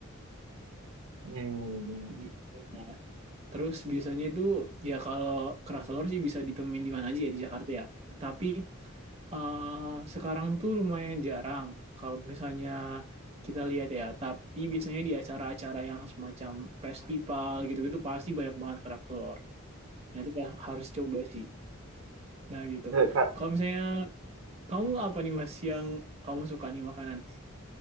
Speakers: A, on the right; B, on the right.
A: iya, iya, iya. iya.
B: Gitu. Nah, terus biasanya itu ya kalau keras telur sih bisa ditemuin di mana aja ya di Jakarta ya. Tapi eh, sekarang tuh lumayan jarang kalau misalnya kita lihat ya. Tapi biasanya di acara-acara yang semacam festival gitu-gitu pasti banyak banget kerak telur. Nah itu harus coba sih. Nah gitu.
A: Ya, Kak,
B: Kalau misalnya Kamu apa nih Mas yang kamu suka nih makanan?